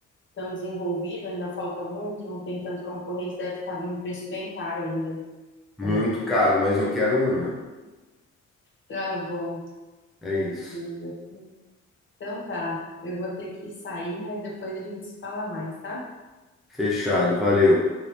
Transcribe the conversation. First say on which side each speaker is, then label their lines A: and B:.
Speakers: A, on the left; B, in the centre.
A: tão desenvolvido, ainda falta muito, não tem tanto concorrência, deve estar um preço bem caro ainda
B: Muito
A: também.
B: caro, mas eu quero uma.
A: Tá bom. Beleza.
B: É isso.
A: Então tá, eu vou ter que sair, mas depois a gente se fala mais, tá?
B: Fechado, valeu.